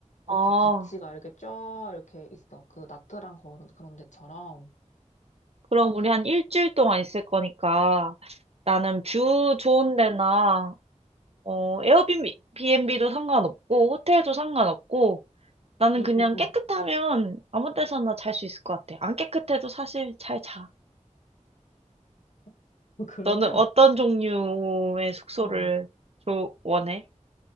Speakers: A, on the left; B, on the right.
A: 이렇게
B: 아,
A: 비치가 이렇게 쫙 이렇게 있어 그 나트랑 그런 그런 데처럼
B: 그럼 우리 한 일주일 동안 있을 거니까 나는 뷰 좋은 데나 어, 에어비앤비도 상관없고, 호텔도 상관없고, 나는
A: 응응응응응응응
B: 그냥 깨끗하면 아무 데서나 잘 수 있을 것 같아. 안 깨끗해도 사실 잘 자.
A: <laughs> 그러면
B: 너는 어떤 종류의 숙소를
A: 어
B: 조, 원해?